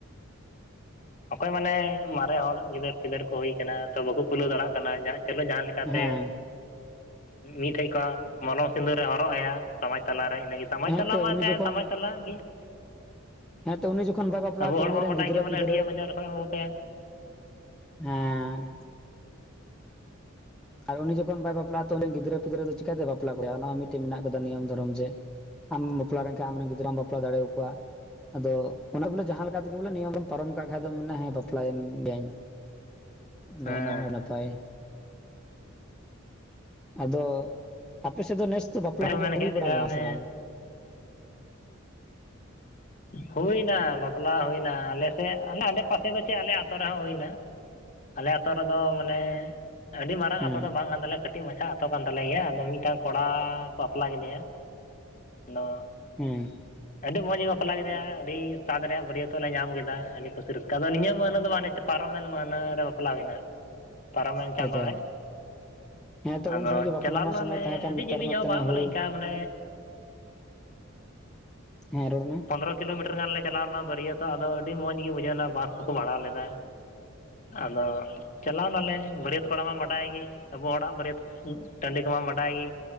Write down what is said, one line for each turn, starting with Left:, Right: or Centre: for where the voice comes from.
Left: ᱚᱠᱚᱭ ᱢᱟᱱᱮ, ᱢᱟᱨᱮ ᱦᱚᱲ ᱜᱤᱫᱟᱹᱨ ᱯᱤᱫᱟᱹᱨ ᱠᱚ ᱦᱩᱭ ᱟᱠᱟᱱᱟ ᱾ ᱛᱚ, ᱵᱟᱠᱚ ᱠᱩᱞᱟᱹᱣ ᱫᱟᱲᱮᱭᱟᱜ ᱠᱟᱱᱟ ᱾ ᱪᱚᱞᱚ ᱡᱟᱦᱟᱸ ᱞᱮᱠᱟ ᱛᱮ,
Centre: ᱦᱮᱸ
Left: ᱢᱤᱫ ᱴᱷᱮᱡ ᱠᱷᱚᱱ, ᱢᱚᱞᱚᱝ ᱥᱤᱸᱫᱩᱨᱮ ᱦᱚᱨᱚᱜ ᱟᱭᱟ, ᱥᱚᱢᱟᱡᱽ ᱛᱟᱞᱟᱨᱮ ᱤᱱᱟᱹ ᱜᱮ ᱥᱚᱢᱟᱡᱽ
Centre: ᱦᱮᱸ
Left: ᱛᱟᱞᱟ,
Centre: ᱛᱚ
Left: ᱢᱮᱱᱛᱮ
Centre: ᱩᱱᱤ
Left: <unintelligible>
Centre: ᱡᱚᱠᱷᱚᱱ
Left: ᱥᱚᱢᱟᱡᱽ ᱛᱟᱞᱟ ᱜᱮ ᱾
Centre: ᱦᱮᱸ ᱛᱚ ᱩᱱᱤ ᱡᱚᱠᱷᱚᱱ ᱵᱟᱭ ᱵᱟᱯᱞᱟᱜᱼᱟ
Left: ᱟᱵᱚ
Centre: ᱛᱚ
Left: ᱦᱚᱲ
Centre: ᱩᱱᱤ
Left: ᱢᱟ
Centre: ᱨᱮᱱ
Left: ᱵᱟᱰᱟᱭ
Centre: ᱜᱤᱫᱽᱨᱟᱹ
Left: ᱜᱮᱭᱟ ᱾ ᱵᱚᱞᱮ,
Centre: ᱯᱤᱫᱽᱨᱟᱹ
Left: ᱦᱟᱹᱴᱭᱟᱹ ᱵᱟᱡᱟᱨ ᱠᱷᱚᱱ ᱵᱚ ᱵᱟᱯ ᱮᱱ <unintelligible>
Centre: ᱦᱮᱸᱻ ᱾ ᱟᱨ ᱩᱱᱤ ᱡᱚᱠᱷᱚᱱ ᱵᱟᱭ ᱵᱟᱯᱞᱟᱼᱟ ᱾ ᱛᱚ, ᱩᱱᱤᱨᱮᱱ ᱜᱤᱫᱽᱨᱟᱹ ᱯᱤᱫᱽᱨᱟᱹ ᱫᱚ, ᱪᱤᱠᱟᱹᱛᱮ ᱵᱟᱯᱞᱟ ᱠᱚ ᱦᱳᱭᱳᱜᱼᱟ ᱾ᱚᱱᱟ ᱦᱚᱸ ᱢᱤᱫᱴᱮᱱ, ᱢᱮᱱᱟᱜ ᱟᱠᱟᱫᱟ ᱱᱤᱭᱚᱢ ᱫᱷᱚᱨᱚᱢ ᱡᱮ ᱟᱢ ᱵᱟᱯᱞᱟ ᱞᱮᱱ ᱠᱷᱟᱱ, ᱟᱢᱨᱮᱱ ᱜᱤᱫᱽᱨᱟᱹᱢ ᱵᱟᱯᱞᱟ ᱫᱟᱲᱮ ᱭᱟᱠᱚᱣᱟ ᱾ ᱟᱫᱚ, ᱚᱱᱮ ᱵᱚᱞᱮ, ᱡᱟᱦᱟᱸ ᱞᱮᱠᱟ ᱛᱮᱜᱮ, ᱵᱚᱞᱮ ᱱᱤᱭᱚᱢ, ᱯᱟᱨᱚᱢ ᱠᱟᱜ ᱠᱷᱟᱡ ᱫᱚ, ᱵᱟᱯᱞᱟᱭᱮᱱ ᱜᱮᱭᱟᱹᱧ ᱾ ᱟᱫᱚ,
Left: ᱦᱮᱸ
Centre: ᱚᱱᱟ ᱦᱚᱸ <inaudible> ᱱᱟᱯᱟᱭ ᱾ ᱟᱫᱚ, ᱟᱯᱮ ᱥᱮᱫ ᱫᱚ, ᱱᱮᱥ ᱫᱚ ᱵᱟᱯᱞᱟ
Left: ᱦᱮᱸ
Centre: ᱠᱚᱫᱚ,
Left: ᱢᱮᱱ ᱠᱮᱫ
Centre: ᱦᱩᱭ
Left: ᱞᱮᱠᱟ
Centre: ᱵᱟᱲᱟ ᱞᱮᱱᱟ
Left: ᱚᱱᱮ
Centre: ᱥᱮ ᱵᱟᱝ?
Left: ᱦᱩᱭᱮᱱᱟ, ᱵᱟᱯᱞᱟ ᱦᱩᱭᱮᱱᱟ ᱾ ᱦᱩᱭᱮᱱᱟ ᱾ ᱟᱞᱮᱥᱮᱫ, ᱟᱞᱮ ᱟᱰᱮ-ᱯᱟᱥᱮ ᱫᱚ ᱪᱮᱫ! ᱟᱞᱮ ᱟᱹᱛᱩ ᱨᱮᱦᱚᱸ ᱦᱩᱭᱮᱱᱟ ᱾ ᱟᱞᱮ ᱟᱛᱳ ᱨᱮᱫᱚ ‌, ᱢᱟᱱᱮ? ᱟᱹᱰᱤ ᱢᱟᱨᱟᱝ,
Centre: ᱦᱮᱸ
Left: ᱟᱛᱳ ᱫᱚ ᱵᱟᱝ ᱠᱟᱱ ᱛᱟᱞᱮᱭᱟ ᱾ ᱠᱟᱹᱴᱤᱡ ᱢᱟᱪᱷᱟ, ᱟᱛᱳ ᱠᱟᱱ ᱛᱟᱞᱮ ᱜᱮᱭᱟ ᱾ ᱟᱫᱚ, ᱢᱤᱫᱴᱟᱝ ᱠᱚᱲᱟ ᱵᱟᱯᱞᱟ ᱠᱮᱫᱮᱭᱟ <unintelligible> ᱟᱫᱚ
Centre: ᱦᱮᱸᱻ ᱾
Left: ᱟᱹᱰᱤ ᱢᱚᱡᱽ ᱮ, ᱵᱟᱯᱞᱟ ᱠᱮᱫᱮᱭᱟ ᱾ ᱟᱹᱰᱤ ᱥᱟᱫᱽ ᱨᱮᱭᱟᱜ, ᱵᱟᱹᱨᱭᱟᱹᱛᱚᱜ ᱞᱮ, ᱧᱟᱢ ᱠᱮᱫᱟ ᱾ ᱟᱹᱰᱤ ᱠᱩᱥᱤ ᱨᱟᱹᱥᱠᱟᱹ ᱾ ᱟᱫᱚ ᱱᱤᱭᱟᱹ ᱢᱟᱹᱦᱱᱟᱹ ᱫᱚ, ᱵᱟᱝ ᱯᱟᱨᱚᱢᱮᱱ ᱢᱟᱹᱦᱱᱟᱹ ᱨᱮ, ᱵᱟᱯᱞᱟ ᱦᱩᱭᱮᱱᱟ ᱾ ᱯᱟᱨᱚᱢᱮᱱ ᱪᱟᱸᱫᱳ
Centre: ᱟᱪᱪᱷᱟ
Left: ᱨᱮ,
Centre: ᱦᱮᱸ ᱛᱚ ᱩᱱ
Left: ᱟᱫᱚ
Centre: ᱥᱚᱢᱚᱭ ᱜᱮ ᱵᱟᱯᱞᱟ
Left: ᱪᱟᱞᱟᱣ
Centre: ᱢᱟ
Left: ᱞᱮᱱᱟ
Centre: ᱥᱚᱢᱚᱭ
Left: ᱞᱮ,
Centre: ᱛᱟᱦᱮᱸ ᱠᱟᱱ
Left: ᱟᱹᱰᱤ
Centre: ᱱᱮᱛᱟᱨ
Left: ᱡᱤᱞᱤᱧ
Centre: ᱢᱟ
Left: ᱦᱚᱸ
Centre: ᱛᱟᱱᱮ
Left: ᱵᱟᱝ?
Centre: ᱦᱩᱲᱩ
Left: ᱛᱟ ᱢᱟᱱᱮ
Centre: ᱦᱮᱸ ᱨᱚᱲ ᱢᱮ ᱾
Left: ᱯᱚᱱᱨᱚ ᱠᱤᱞᱳᱢᱤᱴᱟᱨ ᱜᱟᱱᱞᱮ ᱪᱟᱞᱟᱣ ᱞᱮᱱᱟ ᱵᱟᱹᱨᱭᱟᱹᱛᱚᱜ ᱟᱫᱚ ᱟᱹᱰᱤ ᱢᱚᱸᱡᱽ ᱜᱮ ᱵᱩᱡᱷᱟᱹᱣ ᱮᱱᱟ ᱵᱟᱥ ᱠᱚᱠᱚ ᱵᱷᱟᱲᱟ ᱞᱮᱫᱟ᱾ ᱟᱫᱚ ᱪᱟᱞᱟᱣ ᱱᱟᱞᱮ ᱵᱟᱹᱨᱭᱟᱹᱛ, ᱠᱚᱲᱟ ᱢᱟ ᱵᱟᱰᱟᱭ ᱜᱮ ᱟᱵᱚ ᱦᱚᱲᱟᱜ ᱵᱟᱹᱨᱭᱟᱹᱛ, ᱴᱟᱺᱰᱤ ᱠᱚᱢᱟ ᱵᱟᱰᱟᱭ ᱜᱮ᱾